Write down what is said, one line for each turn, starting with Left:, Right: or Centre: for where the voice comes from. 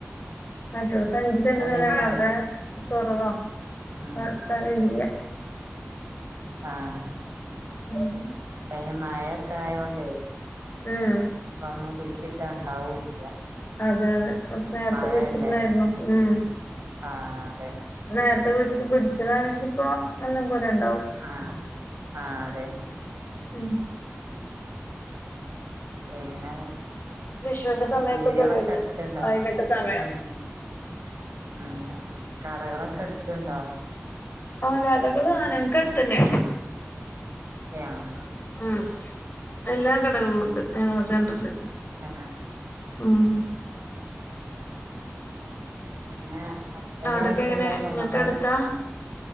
Left: മറ്റോട്ത്ത് അഞ്ച്സെന്റ്
Right: അയ്നമ്മ
Left: സ്ഥലണ്ടാവും ഏഹ് കൊറവാ
Right: ഉം
Left: അവിടെ സ്ഥലം
Right: ഉം
Left: ഇല്ല
Right: ആഹ്
Left: <inaudible>
Right: പ്പയിന് മയെക്കെ ആയോണ്ട് ഇപ്പ
Left: ഉം
Right: ഒന്നും കുഴിച്ചിട്ടാ ഇണ്ടാവൂല്ലാ
Left: അതെ അതെ കൊർച്ച് നേരത്തെ
Right: മഴയല്ലേ
Left: കുയിച്ചിട്ണാരുന്നു ഉം
Right: ആഹ് അതെന്നെ
Left: നേര്ത്തെ കുയിച്ചിട്ട് പൊരിച്ചതാണെങ്കി ഇപ്പോ നല്ലം പോലെണ്ടാവും.
Right: ആഹ് ആഹ് അതെ
Left: ഉം
Right: പിന്നെ
Left: വിഷുവിന്റെ സമയത്തൊക്കെ
Right: പീട്യാളൊക്കെ
Left: അല്ലേ
Right: അടുത്ത് ണ്ടോ
Left: അതിനൊക്കെ സമയം
Right: ഉം ഉം ഉം കടകളൊക്കെ അട്ത്ണ്ടോ
Left: ആഹ് കടകൾ ആ ഞങ്ങക്ക് അടുത്തന്നെ
Right: ഏഹ്
Left: ഉം എല്ലാ കടകളും ഉണ്ട് ഞങ്ങ സെൻറ്ററിൽ.
Right: തന്നെ
Left: ആഹ്
Right: പിന്നെ ഹസ്ബന്റ്
Left: അവിടൊക്കെ
Right: ആരൊക്കെ
Left: എങ്ങനെ
Right: ള്ളെ പൊങ്ങന്മാരൊക്കെ
Left: നിങ്ങൾക്ക് അടുത്താ